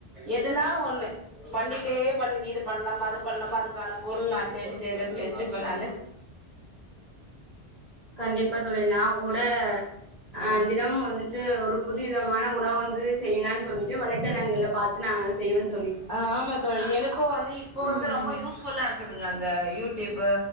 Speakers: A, on the right (about 45°); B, on the right (about 65°).
A: எதுனா ஒண்ணு பண்ணிட்டே பண்ணு இது பண்லாமா அது பண்லாமா அது க்கான பொருள்ளா தேடி தேகரிச்சு வெச்சுப்ப நானு
B: கண்டிப்பா தோழி நா கூட அ
A: ஆ
B: தினமும் வந்துட்டு ஒரு புது விதமான உணவு வந்து செய்யலான் சொல்லிட்டு வலைதளங்கள்ல பாத்து நா செய்வே தோழி
A: ஆ ஆமா தோழி
B: அ
A: எனக்கூ வந்து இப்போ
B: ம்
A: வந்து ரொம்ப யூஸ்ஃபுல்லாருக் க்குதுங்க அந்த யூடியூபு